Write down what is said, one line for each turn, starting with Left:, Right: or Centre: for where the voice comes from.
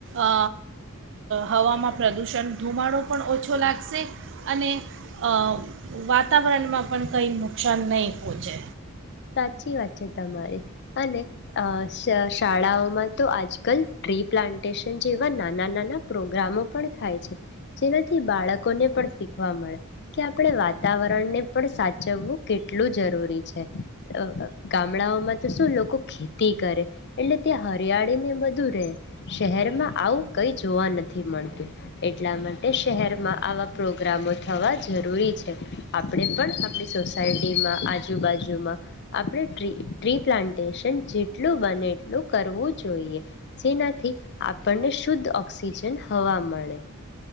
Right: અ હવામાં પ્રદૂષણ ધુમાડો પણ ઓછો લાગશે અને અ વાતાવરણમાં પણ કંઈ નુકસાન નહીં પહોંચે.
Left: સાચી વાત છે તમારી અને અ શ શાળાઓમાં તો આજકાલ ટ્રી પ્લાન્ટેશન જેવા નાના-નાના પ્રોગ્રામો પણ થાય છે જેનાથી બાળકોને પણ શીખવા મળે કે આપણે વાતાવરણને પણ સાચવવું કેટલું જરૂરી છે. અ ગામડાઓમાં તો શું લોકો ખેતી કરે એટલે ત્યાં હરિયાળીને બધું રહે શહેરમાં આવું કંઈ જોવા નથી મળતું એટલા માટે શહેરમાં આવા પ્રોગ્રામો થવા જરૂરી છે આપણે પણ આપણી સોસાયટીમાં આજુબાજુમાં આપણે ટ્રી ટ્રી પ્લાન્ટેશન જેટલું બને એટલું કરવું જોઈએ જેનાથી આપણને શુદ્ધ ઓક્સિજન હવા મળે.